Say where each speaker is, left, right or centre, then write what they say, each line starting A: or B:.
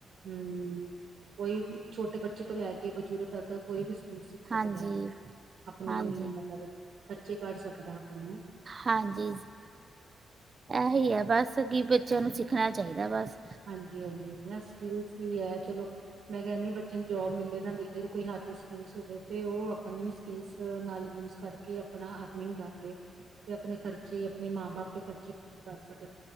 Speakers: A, on the right; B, on the right.
A: ਹਮ ਕੋਈ ਛੋਟੇ ਬੱਚੇ ਤੋਂ ਲੈ ਕੇ ਬਜ਼ੁਰਗ ਤੱਕ ਕੋਈ ਵੀ ਸਕਿੱਲ ਸਿੱਖ
B: ਹਾਂਜੀ,
A: ਸਕਦਾ ਐ। ਅਪਨੇ
B: ਹਾਂਜੀ।
A: ਮਲਬ ਖ਼ਰਚੇ ਕੱਢ ਸਕਦਾ ਅਪਣੇ ਨਾ।
B: ਹਾਂਜੀ ਸਹੀ ਹੈ ਬਸ ਅ, ਕੀ ਬੱਚਿਆਂ ਨੂੰ ਸਿੱਖਣਾ ਚਾਹੀਦਾ ਬਸ।
A: ਹਾਂਜੀ -ਹਾਂਜੀ ਬਸ ਸਕਿਲਸ ਹੀ ਹੈ ਚਲੋ। ਮੈਂ ਕਹਿੰਦੀ ਬੱਚੇ ਨੂੰ ਜੋਬ ਮਿਲੇ ਨਾ ਮਿਲੇ, ਕੋਈ ਹੱਥ 'ਚ ਸਕਿਲ ਹੋਵੇ ਤੇ ਉਹ ਆਪ ਸਕਿਲ ਨਾਲ ਯੂਜ ਕਰਕੇ ਆਪਣਾ ਅਰਨਿੰਗ ਕਰ ਲਏ, ਤੇ ਆਪਣੇ ਖਰਚੇ ਕਿ ਆਪਣੇ ਮਾਂ ਬਾਪ ਦੇ ਖਰਚੇ ਪੂਰੇ ਕਰ ਸਕਣ।